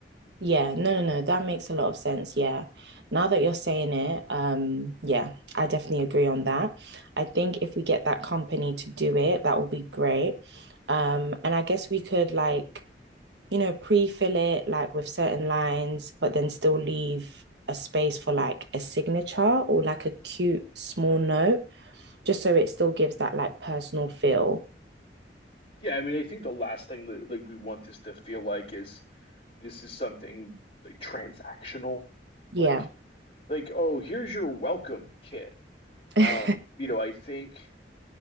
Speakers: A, on the right; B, on the left.
A: Yeah, no, no, no, that makes a lot of sense. Yeah. Now that you're saying it, um, yeah, I definitely agree on that. I think if we get that company to do it, that will be great. Um, and I guess we could like, you know, pre-fill it like with certain lines, but then still leave a space for like a signature or like a cute small note, just so it still gives that like personal feel.
B: Yeah, I mean, I think the last thing that like we want this to feel like is this is something like transactional,
A: Yeah.
B: like like oh here's your welcome kit.
A: <laughs>
B: Um, you know, I think